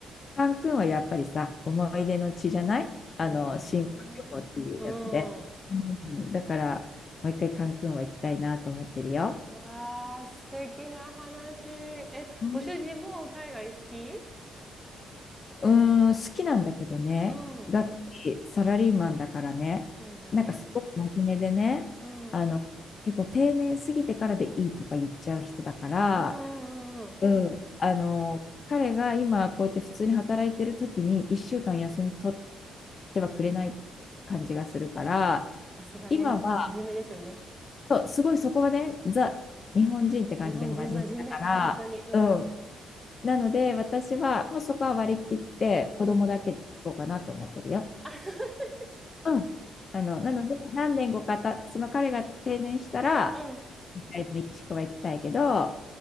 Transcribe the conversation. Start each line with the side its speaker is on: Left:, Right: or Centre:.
Left: カンクンはやっぱりさ、思い出の地じゃないあの、
Centre: そうね。
Left: 新婚旅行っていうやつで。
Centre: うん。
Left: うん、だから、もう一回カンクンは行きたいなと思ってるよ。
Centre: うわー、素敵な話。え、
Left: うん
Centre: ご主人も海外好き
Left: うーん、好きなんだけどね、
Centre: うん。
Left: がっつりサラリーマンだからね、
Centre: そうですよね。
Left: なんかすごく真面目でね、
Centre: うん。
Left: あの、
Centre: うん
Left: 結構定年過ぎてからでいいとか言っちゃう人だから、
Centre: うんうんうん。
Left: うん、あの、彼が今こうやって普通に働いてる時に1週間休み取ってはくれない感じがするから、
Centre: さすがね、
Left: 今は、
Centre: 真面目ですよね。
Left: そうすごいそこはね、ザ、日本人って感じで真面目だから、
Centre: 日本人真面目、本当に。うん。
Left: うん、なので、私はもうそこは割り切って子供だけで行こうかなと思ってるよ。
Centre: うん。あ、<laughs>
Left: うん。あの、なので、何年後かた、その彼が定年したら、
Centre: うん。
Left: 一回メキシコは行きたいけど、あ